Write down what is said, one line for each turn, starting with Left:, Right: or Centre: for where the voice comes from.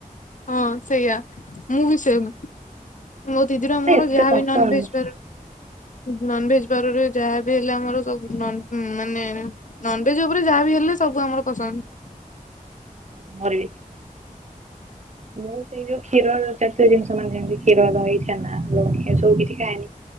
Left: ହଁ ସେଇଆା ମୁଁ ବି ସେମ୍ ମୋ ଦିଦିର
Right: ମାନେ
Left: ମୋର
Right: ଏତେ
Left: ଯାହାବି
Right: କଷ୍ଟ
Left: ନନଭେଜ
Right: ହଁ
Left: ବାର ନନଭେଜ ବାରରେ ଯାହାବି ହେଲେ ଆମର ସବୁ ନନ୍ ମାନେ ନନଭେଜ ଉପରେ ଯାହାବି ହେଲେ ସବୁ ଆମର ପସନ୍ଦ।
Right: ମୋର ବି ମୁଁ ସେଇ ଯୋଉ କ୍ଷୀର ଜାତୀୟ ଜିନିଷ ମାନେ ଯେମିତି କ୍ଷୀର ଦହି ଛେନା ଲହୁଣୀ ଏସବୁ କିଛି ଖାଏନି।